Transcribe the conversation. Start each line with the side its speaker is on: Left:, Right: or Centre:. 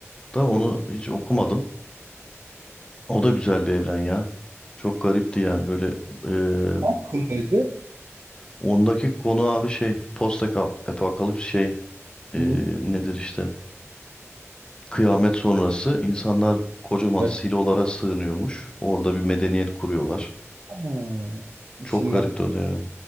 Left: da
Right: hı.
Left: onu
Right: Ne
Left: hiç okumadım. O da güzel bir evren ya. Çok garipti yani böyle e,
Right: Hakkındaydı.
Left: ondaki konu abi şey post apokalips şey e,
Right: Hı hı.
Left: nedir işte kıyamet sonrası insanlar kocaman
Right: Evet.
Left: silolara sığınıyormuş. Orada bir medeniyet kuruyorlar.
Right: Ha, isimler.
Left: Çok garipti o da ya.